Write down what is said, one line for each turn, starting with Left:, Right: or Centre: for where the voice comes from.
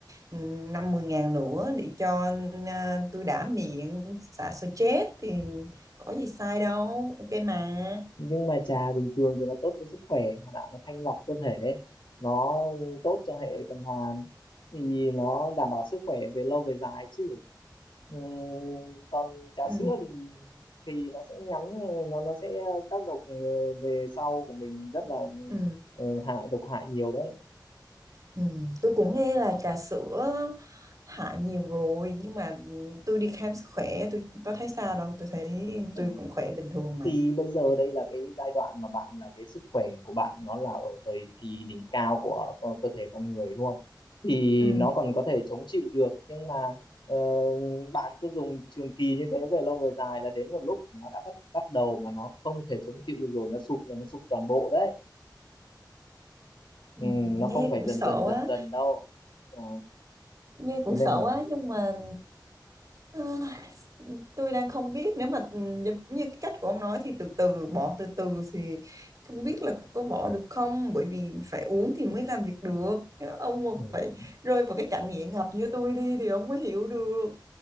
Right: ừ, 50 ngàn nữa để cho à, tôi đã miệng xả stress thì có gì sai đâu ok mà
Left: nhưng mà trà bình thường thì nó tốt cho sức khỏe mà đã nó thanh lọc cơ thể nó tốt cho hệ tuần hoàn thì nó đảm bảo sức khỏe về lâu về dài chứ Ừ, còn trà
Right: ừ.
Left: sữa thì thì nó sẽ ngắn nó nó sẽ tác động ờ, về sau của mình rất là
Right: Ừ.
Left: ờ, hại độc hại nhiều đấy
Right: Ừ. Tôi cũng nghe là trà sữa hại nhiều rồi nhưng mà tôi đi khám sức khỏe tôi có thấy sao đâu tôi thấy
Left: Ừ.
Right: tôi cũng khỏe bình thường mà
Left: thì bây giờ đây là cái giai đoạn mà bạn là cái sức khỏe của bạn nó là ở thời kỳ đỉnh cao của co- cơ thể con người đúng không thì
Right: ừ.
Left: nó còn có thể chống chịu được nhưng mà ờ, bạn cứ dùng trường kỳ như thế về lâu về dài là đến một lúc nó đã bắt bắt đầu mà nó không thể chống chịu được rồi nó sụp rồi nó sụp toàn bộ đấy
Right: Ừ,
Left: ừ, nó
Right: nghe
Left: không phải
Right: cũng
Left: dần
Right: sợ
Left: dần dần
Right: quá
Left: dần đâu Ờ,
Right: nghe cũng
Left: thế
Right: sợ
Left: nên là
Right: quá nhưng mà ờ, tôi đang không biết nếu mà ừ, giống như cái cách của ông nói thì từ từ bỏ từ từ thì không biết là có bỏ được không bởi vì phải uống thì mới làm việc được Nếu ông mà
Left: ừ.
Right: phải rơi vào cái cảnh nghiện ngập như tôi đi thì ông mới hiểu được